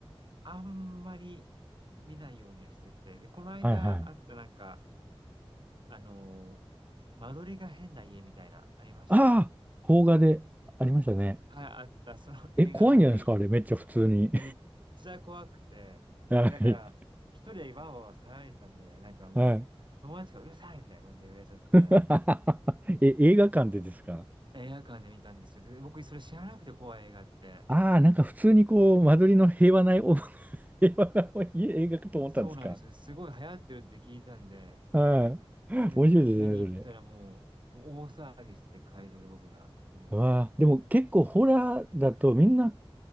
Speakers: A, on the right (about 50°); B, on the right (about 15°).
A: あんまり見ないようにはしてて。で、この間あったなんか、
B: はいはい。
A: あのー間取りが変な家みたいな、ありましたよ。
B: ああ、邦画でありましたね。
A: はい、あった。その映画を見に
B: え、怖いんじゃないですかあれ、めっちゃ普通に。
A: めっちゃ怖くて、
B: <laughs>
A: でだから、
B: はい。
A: 一人でわーわー騒いでたんで、なんかもう、
B: はい。
A: 友達がうるさいみたいな感じで言われちゃって、
B: <laughs> え、映画館でですか
A: 映画館で見たんですよ。で、僕、それ知らなくて怖い映画って。
B: ああなんか普通にこう、間取りの平和なお <laughs>、平和な映画かと思ったんですか
A: そうなんですよ。すごい流行ってるって聞いたんで、
B: はい。
A: で、
B: 面白いですね、
A: 見に行ったらもう、
B: それ。
A: もう大騒ぎして会場で僕が。うん。
B: わあ、でも結構ホラーだとみんな